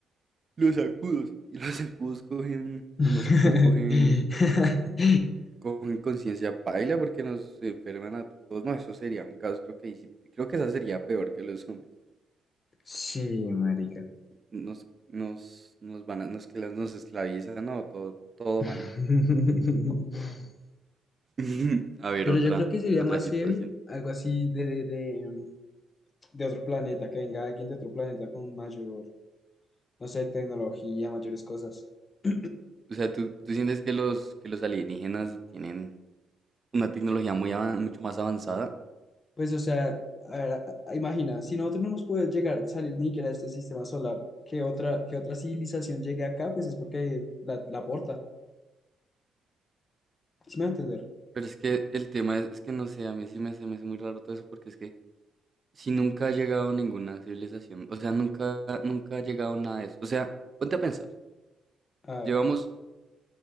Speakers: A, on the right (about 30°); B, on the left (about 35°).
A: los zancudos. Y los zancudos cogen,
B: <laughs>
A: los mosquitos cogen cogen conciencia paila porque nos enferman a todos. No, eso sería un caos, creo que ahí sí- creo que esa sería peor que los zombies.
B: Sí, marica.
A: Nos, nos, nos van a, nos, que las- nos esclavizan, no, todo, todo
B: <laughs>
A: mal. <laughs> A ver,
B: Pero
A: otra,
B: yo creo que sería
A: otra
B: más
A: situación.
B: heavy, algo así de, de, de, de otro planeta, que venga alguien de otro planeta con mayor, no sé, tecnología, mayores cosas. <clears throat>
A: O sea, ¿tú, tú sientes que los, que los alienígenas tienen una tecnología muy avan- mucho más avanzada?
B: Pues, o sea, a ver, a- a- imagina, si nosotros no nos podemos llegar, salir ni siquiera de este sistema solar, que otra, que otra civilización llegue acá, pues es porque la, la aporta. ¿Sí me va a entender?
A: Pero es que el tema es, es que no sé, a mí sí me, se me hace muy raro todo eso porque es que si nunca ha llegado ninguna civilización, o sea, nunca, nunca ha llegado nada de eso. O sea, ponte a pensar,
B: A ver,
A: llevamos